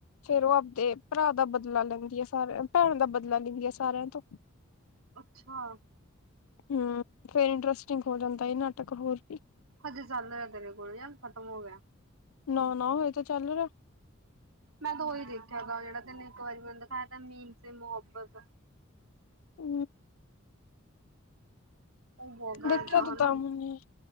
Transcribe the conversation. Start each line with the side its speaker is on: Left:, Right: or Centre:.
Left: ਫੇਰ ਉਹ ਆਪਦੇ ਭਰਾ ਦਾ ਬਦਲਾ ਲੈਂਦੀ ਆ ਸਾਰਿਆਂ ਤੇ ਭੈਣ ਦਾ ਬਦਲਾ ਲੈਂਦੀ ਆ ਸਾਰਿਆਂ ਤੋਂ।
Right: ਅੱਛਾ।
Left: ਹਮ ਫੇਰ ਇੰਟਰਸਟਿੰਗ ਹੋ ਜਾਂਦਾ ਇਹ ਨਾਟਕ ਹੋਰ ਵੀ।
Right: ਹਜੇ ਚੱਲ ਰਿਹਾ ਤੇਰੇ ਕੋਲ ਯ ਖਤਮ ਹੋ ਗਿਆ।
Left: ਨੌ ਨੌ। ਇਹ ਤਾਂ ਚੱਲ ਰਿਆ।
Right: ਮੈਂ ਤਾਂ ਉਹੀ ਦੇਖਿਆਾ ਤਾਂ ਜਿਹੜਾ ਤੈਨੂੰ ਇੱਕ ਵਾਰੀ ਮੈਨੂੰ ਦੇਖਿਆ ਮੀ ਤੇ ਮੁਹੱਬਤ ਦਾ।
Left: ਹਮ।
Right: ਉਹ ਬਹੁਗਾ
Left: ਦੇਖਿਆ
Right: ਦਾ
Left: ਤਾਂ
Right: ਹਨਾ
Left: ਤਾਂ ਮੈਨੇ